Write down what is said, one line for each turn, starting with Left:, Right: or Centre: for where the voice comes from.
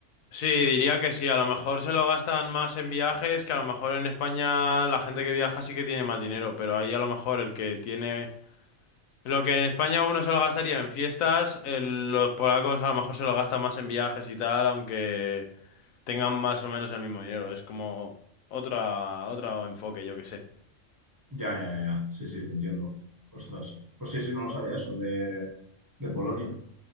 Left: Sí, diría que sí. A lo mejor se lo gastan más en viajes, que a lo mejor en España la gente que viaja sí que tiene más dinero, pero ahí a lo mejor el que tiene... Lo que en España uno se lo gastaría en fiestas, el- los polacos a lo mejor se lo gastan más en viajes y tal, aunque tengan más o menos el mismo dinero. Es como otra, otro enfoque, yo que sé.
Right: Ya, ya, ya, ya. Sí, sí, te entiendo. Ostras. Pues sí, sí, no lo sabía eso, de, de Polonia.